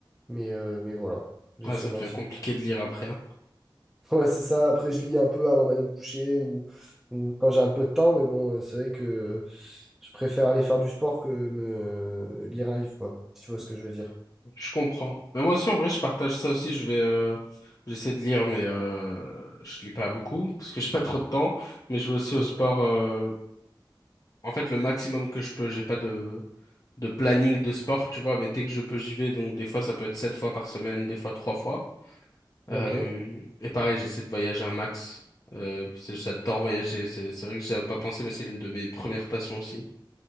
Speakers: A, in the centre; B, on the left (about 45°).
A: Mais, euh, mais voilà, j'essaie
B: Ah, ça
A: au maximum.
B: devient compliqué de lire après, hein.
A: Ouais, c'est ça. Après, je lis un peu avant d'aller me coucher ou, ou quand j'ai un peu de temps, mais bon, euh, c'est vrai que je préfère aller faire du sport que me euh, lire un livre, quoi, si tu vois ce que je veux dire.
B: Je comprends. Mais moi aussi, en vrai, je partage ça aussi. Je vais, euh, j'essaie de lire, mais euh, je lis pas beaucoup parce que j'ai pas trop de temps. Mais je vais aussi au
A: Mmh.
B: sport. euh, en fait, le maximum que je peux. J'ai pas de de planning de sport, tu vois. Mais dès que je peux, j'y vais. Donc, des fois, ça peut être sept fois par semaine, des fois trois fois. Euh,
A: Ok,
B: et pareil, j'essaie de voyager un max. Euh, parce que j'adore voyager. C'est c'est vrai que j'avais pas pensé, mais c'est l'une de mes premières passions aussi.